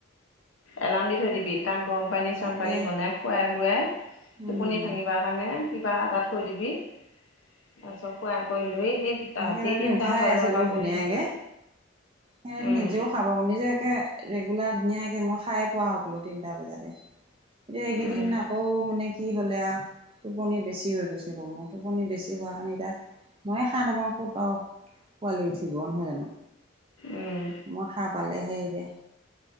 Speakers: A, on the left; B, on the right.
A: এলাৰ্ম দি থৈ দিবি তাক গৰম পানী চৰম
B: তাকে
A: পানী বনাই খুৱাই বোৱাই
B: উম
A: টোপনি ভাঙিবা মানে কিবা এটা থৈ দিবি- তাৰপিছত খোৱাই কৰি লৈ সেই
B: সেকেইটা
A: ৰাতি
B: দিন
A: তিনিটামান
B: উঠাই
A: বজাৰ
B: আছিলোঁ
A: পৰা পঢ়িলি
B: ধুনীয়কে
A: হ'ল
B: সি
A: উম
B: নিজেও খাব নিজেএকে ৰেগুলাৰ ধুনীয়াকে মই খাই পোৱা সকলো তিনটা বজাতে এতিয়া এইকেইদিন
A: উম
B: আকৌ মানে কি হলে আও টোপনি বেছি হৈ গৈছে মোৰ টোপনি বেছি হোৱাৰ কাৰণে এতিয়া ময়ে সাৰ নাপাওঁ ক'ত আও পোৱালি উঠিব নহয় জানো
A: উম
B: মই সাৰ পালেহে এতিয়া